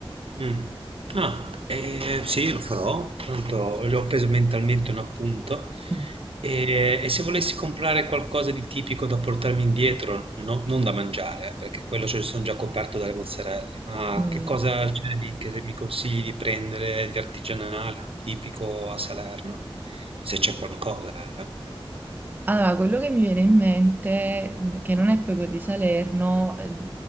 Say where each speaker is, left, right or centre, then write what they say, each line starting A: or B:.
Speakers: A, on the right; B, on the right.
A: Mh. Ah, ehm, sì lo farò, tanto già ho preso mentalmente un appunto.
B: Mm.
A: Ehm, e se volessi comprare qualcosa di tipico da portarmi indietro, no non da mangiare, eh, perché quello ce son già coperto dalle mozzarelle, ma
B: Mm.
A: che cosa c'è lì che mi consigli di prendere di artigianale, tipico a Salerno? Se c'è qualcosa, eh.
B: Allora, quello che mi viene in mente, mh, che non è proprio di Salerno, eh,